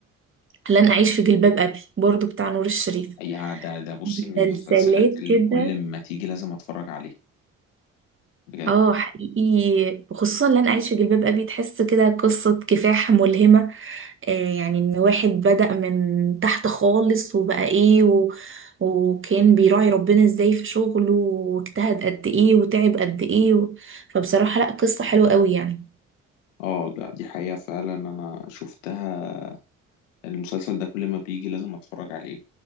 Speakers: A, on the right; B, on the left.
A: لن اعيش في جلباب ابي برضو بتاع نور الشريف
B: يا ده ده بصي
A: مسلسلات
B: من المسلسلات اللي
A: كده
B: كل ما تيجي لازم اتفرج عليها بجد
A: اه حقيقي وخصوصا لن اعيش في جلباب ابي تحس كده قصة كفاح ملهمة آه يعني ان واحد بدأ من تحت خالص وبقى ايه و... وكان بيراعي ربنا ازاي في شغله واجتهد قد ايه وتعب قد ايه و... فبصراحة لا قصة حلوة قوي يعني
B: اه لا دي حقيقة فعلا انا شفتها المسلسل ده كل ما بيجي لازم اتفرج عليه